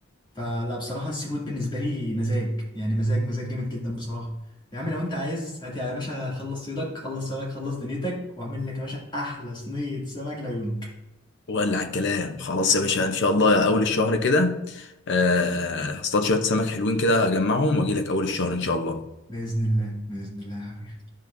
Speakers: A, on the left; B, on the left.
A: فلا بصراحه السي فود بالنسبه لي مزاج يعني مزاج مزاج جامد جدا بصراحه يا عم لو انت عايز هات يا باشا خلص صيدك خلص سمك خلص دنيتك واعمل لك يا باشا احلى صينيه سمك لعيونك
B: ولا على الكلام خلاص يا باشا ان شاء الله اول الشهر كده آه، هصطاد شويه سمك حلوين كده اجمعهم واجي لك اول الشهر ان شاء الله
A: باذن الله باذن الله يا حبيبي